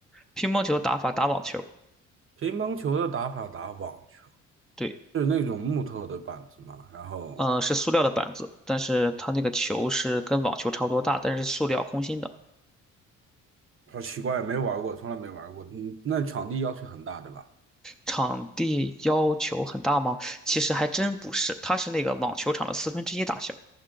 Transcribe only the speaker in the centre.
乒乓球打法打网球，
对，
嗯、是塑料的板子，但是它那个球是跟网球差不多大，但是是塑料空心的。
场地要求很大吗？其实还真不是，它是那个网球场的四分之一大小。